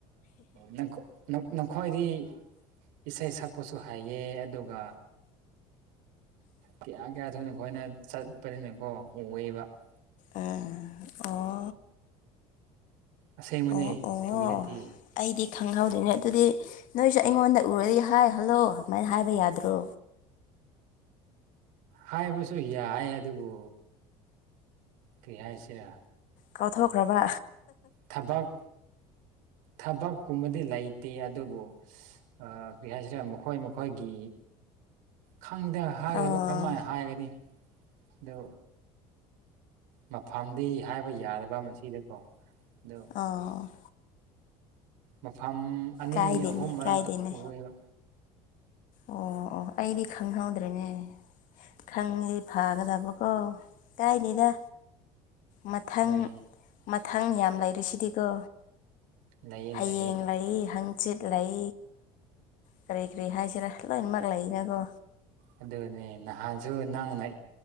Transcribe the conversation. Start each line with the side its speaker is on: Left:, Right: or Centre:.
Right: ꯅꯪꯀ ꯅꯈꫭꯏꯗꯤ ꯏꯁꯩ ꯁꯛꯄꯁꯨ ꯍꯩꯌꯦ ꯑꯗꯨꯒ <unintelligible> ꯀꯤꯌꯥ ꯀꯌꯥ ꯊꯣꯏꯅ ꯑꯩꯈꯣꯏꯅ ꯆꯠꯄꯅꯤꯅꯀꯣ ꯎꯋꯦꯕ <unintelligible>
Left: ꯑꯦ ꯑꯣ
Right: ꯑꯁꯦꯡꯕꯅꯦ
Left: ꯑꯣ ꯑꯣ
Right: ꯐꯒꯤ ꯅꯠꯇꯦ
Left: ꯑꯩꯗꯤ ꯈꯪꯍꯧꯗ‌ꯦꯅꯦ ꯑꯗꯨꯗꯤ ꯅꯣꯏꯁꯨ ꯑꯩꯉꯣꯟꯗ ꯎꯔꯗꯤ ꯍꯥꯏ ꯍꯜꯂꯣ ꯑꯗꯨꯃꯥꯏꯅ ꯍꯥꯏꯕ ꯌꯥꯗ꯭ꯔꯣ
Right: ꯍꯥꯏꯕꯁꯨ ꯌꯥꯏ ꯑꯗꯨꯕꯨ ꯀꯔꯤ ꯍꯥꯏꯁꯤꯔꯥ
Left: ꯀꯥꯎꯊꯣꯛꯈ꯭ꯔꯕ
Right: ꯊꯕꯛ ꯊꯕꯛꯀꯨꯝꯕꯗꯤ ꯂꯩꯇꯦ ꯑꯗꯨꯕꯨ ꯑꯥ ꯀꯔꯤ‌ ꯍꯥꯏꯁꯤꯔꯥ‌ ꯃꯈꯣꯏ ꯃꯈꯣꯏꯒꯤ ꯈꯪꯗ‌ꯦ ꯍꯥꯏꯒꯗꯕ
Left: ꯑꯥ
Right: ꯀꯔꯝꯥꯏꯅ ꯍꯥꯏꯒꯅꯤ ꯑꯗꯨ ꯃꯐꯝꯗꯤ ꯍꯥꯏꯕ ꯌꯥꯗꯕ ꯃꯁꯤꯗꯀꯣ ꯑꯗꯨ
Left: ꯑꫭ
Right: ꯃꯐꯝ ꯑꯅꯤ
Left: ꯀꯥꯏꯗꯦꯅꯦ
Right: ꯑꯍꯨꯝ ꯃꯔꯛꯇ
Left: ꯀꯥꯏꯗꯦꯅꯦ
Right: ꯎꯨꯏꯌ‌ꯦꯕ
Left: ꯑꯣ ꯑꯣ ꯑꯩꯗꯤ ꯈꯪꯍꯧꯗ꯭ꯔꯦꯅꯦ ꯈꯪꯉꯗꯤ ꯐꯥꯒꯗꯕꯀꯣ ꯀꯥꯏꯗ‌ꯦꯗ ꯃꯊꯪ
Right: ꯍꯣꯏ
Left: ꯃꯊꯪ ꯌꯥꯝ ꯂꯩꯔꯤꯁꯤꯗꯤꯀꯣ
Right: ꯂꯩꯌꯦ
Left: ꯍꯌꯦꯡ
Right: ꯂꯩꯌꯦ
Left: ꯂꯩ ꯍꯪꯆꯤꯠ ꯂꯩ ꯀꯔꯤ ꯀꯔꯤ ꯍꯥꯏꯁꯤꯔꯥ ꯂꯣꯏꯅꯃꯛ ꯂꯩꯅꯀꯣ
Right: ꯑꯗꯨꯅꯦ ꯅꯍꯥꯟꯁꯨ ꯅꯪꯅ